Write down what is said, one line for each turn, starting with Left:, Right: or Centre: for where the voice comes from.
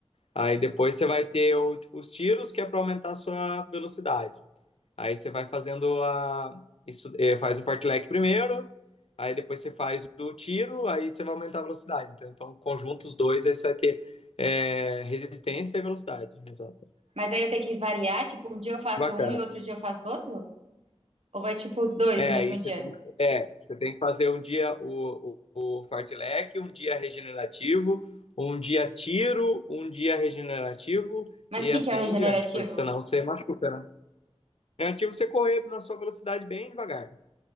Left: Aí depois você vai ter o- os tiros, que é para aumentar a sua velocidade. Aí você vai fazendo a. Isso, eh, faz o fartlek primeiro, aí depois você faz o tiro, aí você vai aumentar a velocidade. Então, então conjunto os dois, aí você vai ter eh, resistência e velocidade. Exato.
Right: Mas aí eu tenho que variar, tipo, um dia eu faço
Left: Bacana.
Right: um e outro dia eu faço outro? Ou é tipo os dois
Left: É,
Right: no mesmo
Left: aí você
Right: dia?
Left: tem, é, você tem que fazer um dia o, o, o fartlek, um dia regenerativo, um dia tiro, um dia regenerativo,
Right: Mas
Left: e
Right: o que
Left: assim
Right: que é o regenerativo?
Left: em diante, porque senão você machuca, né? Negativo você correr na sua velocidade bem devagar,